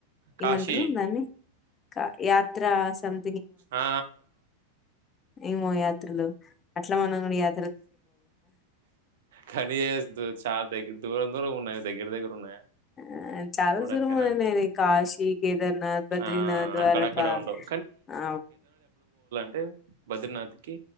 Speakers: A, on the right (about 55°); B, on the left (about 25°).
A: కాశీ
B: ఏమంటారు దాన్ని కా యాత్ర సమ్
A: ఆ
B: ఏమో యాత్రలు అట్లా మనం కూడా యా
A: కానీ అస్ దూ చాలా దగ్గర దూరం దూరం ఉన్నాయి దగ్గర దగ్గర ఉన్నాయా.
B: ఆహ్ చాలా
A: పోవడానికైనా?
B: దూరం అని నేను ఈ కాశీ కేదార్నాథ్ బద్రీనాథ్
A: ఆ!
B: ద్వారకా
A: అక్కడక్కడ ఉండవు.
B: ఆ
A: అంటే బద్రీనాథ్కి